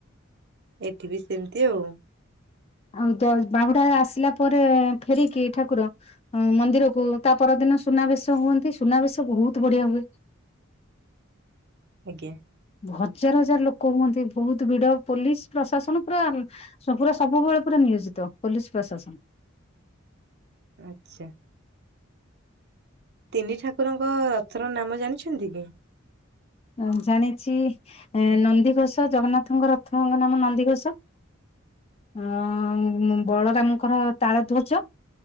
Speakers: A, on the right; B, on the left.
A: ଏଠିବି ସେମିତି ଆଉ।
B: <unintelligible> ବାହୁଡା ଆସିଲା ପରେ ଫେରିକି ଠାକୁର ହଁ ମନ୍ଦିରକୁ ତା ପରଦିନ ସୁନାବେଶ ହୁଅନ୍ତି ସୁନାବେଶ ବହୁତ ବଢିଆ ହୁଏ।
A: ଆଜ୍ଞା।
B: ହଜାର ହଜାର ଲୋକ ହୁଅନ୍ତି ବହୁତ ଭିଡ ପୋଲିସ ପ୍ରଶାସନ ପୁରା ସବୁରା ସବୁବେଳେ ପୁରା ନିୟୋଜିତ ପୋଲିସ୍ ପ୍ରଶାସନ।
A: ଆଚ୍ଛା। ତିନି ଠାକୁରଙ୍କ ରଥର ନାମ ଜାଣିଛନ୍ତି କି?
B: ହଁ ଜାଣିଛି। ଏ ନନ୍ଦିଘୋଷ ଜଗନ୍ନାଥଙ୍କ ରଥଙ୍କ ନାମ ନନ୍ଦିଘୋଷ। ଅଁ ମୁ ବଳରାମଙ୍କର ତାଳଧ୍ୱଜ।